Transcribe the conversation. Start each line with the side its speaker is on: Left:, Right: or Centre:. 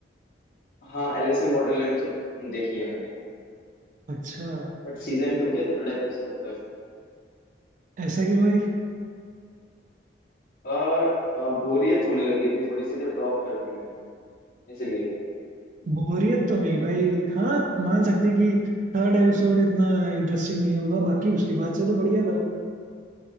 Left: हाँ एलिस इन बॉर्डरलैंड तो देखी है मैंने
Right: अच्छा
Left: बट सीजन टू के थर्ड एपिसोड तक
Right: ऐसा क्यों भाई
Left: आ, आ, बोरियत होने लगी थी थोड़ी सी तो ड्रॉप कर दी मैंने इसलिए
Right: बोरियत तो नहीं भाई हाँ मान सकते कि थर्ड एपिसोड इतना इंटरेस्टिंग नहीं होगा बाकी उसके बाद से तो बढ़िया था